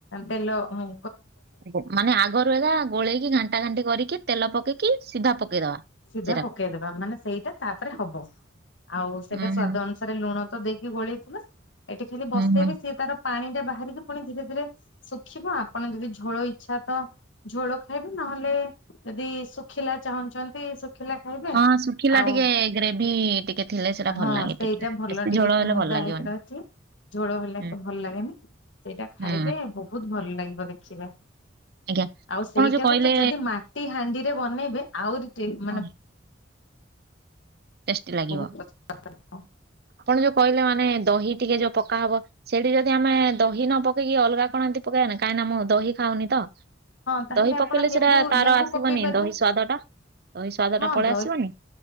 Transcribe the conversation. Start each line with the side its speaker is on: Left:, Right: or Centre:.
Left: ତେଲ ହୁଁ।
Right: ଆ <unintelligible> ମାନେ ଆଗରୁ ଏକା ଗୋଳେଇକି ଘାଣ୍ଟା ଘାଣ୍ଟି କରିକି ତେଲ ପକେଇକି ସିଧା ପକେଇଦବା।
Left: ସିଧା
Right: ସେଟାକୁ,
Left: ପକେଇଦବା ମାନେ ସେଇଟା ତାପରେ ହବ ଆଉ ସେଇଟା
Right: ହୁଁ,
Left: ସ୍ଵାଦ ଅନୁସ୍ ତାରେ ଲୁଣ ତ ଦେଇକି ଗୋଳେଇ ଥିବା ଏଠି ଖାଲି
Right: ହୁଁ,
Left: ବସେଇବେ
Right: ହୁଁ,
Left: ସିଏ ତାର ପାଣି ଟା ବାହାରିକି ପୁଣି ଧୀରେ ଧୀରେ ଶୁଖିବ ଆପଣ ଯଦି ଝୋଳ ଇଚ୍ଛା ତ ଝୋଳ ଖାଇବେ ନହେଲେ ଯଦି ଶୁ ଖିଲା ଚାହୁଁଛନ୍ତି ଶୁଖିଲା ଖାଇବେ।
Right: ହଁ, ଶୁଖିଲା
Left: ଆଉ
Right: ଟିକେ ଗ୍ରେଭି ଟିକେ ଥିଲେ ସେଟା
Left: ହଁ
Right: ଭଲ ଲାଗେ
Left: ସ୍ ସେଇଟା
Right: ଟିକେ,
Left: ଭଲ
Right: ବେଶୀ
Left: ଟିକେ
Right: ଝୋଳ ହେଲେ
Left: ମୁଦା
Right: ଭଲ ଲାଗିବନି,
Left: ହେଇକି ରହିଚି। ଝୋଳ ହେଲେ
Right: ହୁଁ,
Left: ତ ଭଲ ଲାଗେନି ସେଇଟା
Right: ହୁଁ,
Left: ଖାଇବେ ବହୁତ୍ ଭଲ ଲାଗିବ ଦେଖିବେ।
Right: ଆଜ୍ଞା,
Left: ଆଉ
Right: ଆପଣ
Left: ସେଇଟାକୁ
Right: ଯୋଉ କହିଲେ,
Left: ତ ଯଦି ମାଟି ହାଣ୍ଡିରେ ବନେଇବେ ଆଉରି ଟେ ମାନେ
Right: ହଁ, ଟେଷ୍ଟି ଲାଗିବ।
Left: ବହୁତ ପସନ୍ଦ।
Right: ଆପଣ ଯୋଉ କଇଲେ ମାନେ ଦହି ଟିକେ ଯୋଉ ପକା ହବ ସେଠି ଯଦି ଆମେ ଦହି ନ ପକେଇକି ଅଲଗା କଣ ଏନ୍ତି ପକେଇବା କାହିଁକିନା ମୁଁ ଦହି ଖାଉନି ତ।
Left: ହଁ ତାହେଲେ
Right: ଦହି
Left: ଆପଣ
Right: ପକେଇଲେ
Left: ଲେମ୍ବୁ
Right: ସେଟା ତାର
Left: ଲେମ୍ବୁ
Right: ଆସିବନି
Left: ପକେଇ ପାରିବେ
Right: ଦହି ସ୍ୱାଦ ଟା ଦହି ସ୍ୱାଦ
Left: ହଁ
Right: ଟା ପଳେଇ
Left: ଦହି
Right: ଆସିବନି?